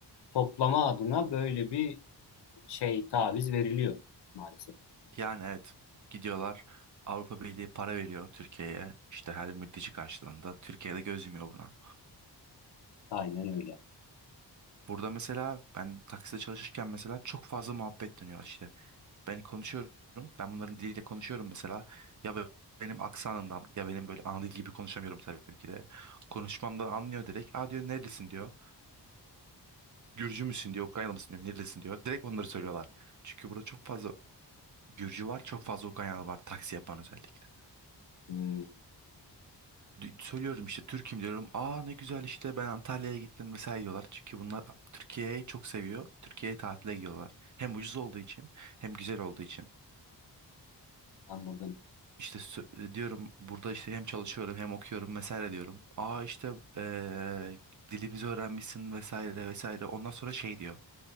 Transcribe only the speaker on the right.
Yani evet gidiyorlar Avrupa Birliği para veriyor Türkiye'ye işte her mülteci karşılığında Türkiye'de göz yumuyor buna.
Burada mesela ben takside çalışırken mesela çok fazla muhabbet dönüyor işte. Ben konuşuyorum ben bunların diliyle konuşuyorum mesela ya be- benim aksanından ya benim böyle ana dil gibi konuşamıyorum tabii ki de. Konuşmamdan anlıyor direkt. Aa diyor nerelisin diyor. Gürcü müsün diyor Ukraynalı mısın diyor nerelisin diyor. Direkt onları söylüyorlar. Çünkü burada çok fazla Gürcü var çok fazla Ukraynalı var taksi yapan özellikle.
D- Söylüyorum işte Türk'üm diyorum. Aa ne güzel işte ben Antalya'ya gittim mesela diyorlar. Çünkü bunlar Türkiye'yi çok seviyor. Türkiye'ye tatile gidiyorlar. Hem ucuz olduğu için hem güzel olduğu için.
İşte sö- e, diyorum burada işte hem çalışıyorum hem okuyorum vesaire diyorum. Aa işte eee, dilimizi öğrenmişsin vesaire vesaire. Ondan sonra şey diyor.